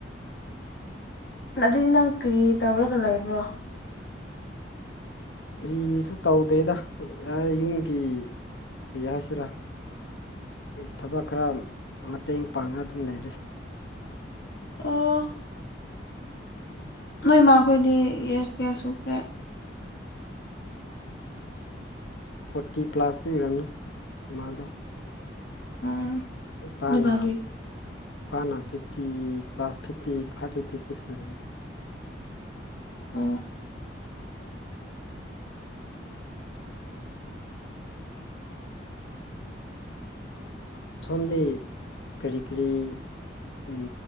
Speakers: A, on the left; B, on the left.
A: ꯑꯗꯨꯗꯤ ꯅꯪ ꯀꯔꯤ ꯇꯧꯔꯒ ꯂꯩꯕ꯭ꯔꯣ
B: ꯀꯔꯤꯁꯨ ꯇꯧꯗ꯭ꯔꯤꯗ ꯌꯨꯝꯒꯤ ꯀꯔꯤ ꯍꯥꯏꯁꯤꯔꯥ ꯊꯕꯛ ꯈꯔ ꯃꯇꯦꯡ ꯄꯥꯡꯉ ꯑꯗꯨꯝ ꯂꯩꯔꯦ
A: ꯑꯣ ꯅꯣꯏ ꯃꯥꯈꯣꯏꯗꯤ ꯌꯦꯁ ꯀꯌꯥ ꯁꯨꯈ꯭ꯔꯦ
B: ꯐꯣꯔꯇꯤ ꯄ꯭ꯂꯥꯁꯇꯤ ꯑꯣꯏꯔꯝꯅꯤ ꯏꯃꯥꯗꯣ
A: ꯎꯝ
B: ꯏꯄꯥꯅ
A: ꯅꯣꯏꯕꯥꯗꯤ
B: ꯏꯄꯥꯅ fifty plus fifty five fifty six ꯑꯣꯏꯔꯅꯤ
A: ꯑꯣ
B: ꯁꯣꯝꯗꯤ ꯀꯔꯤ ꯀꯔꯤ ꯀꯩ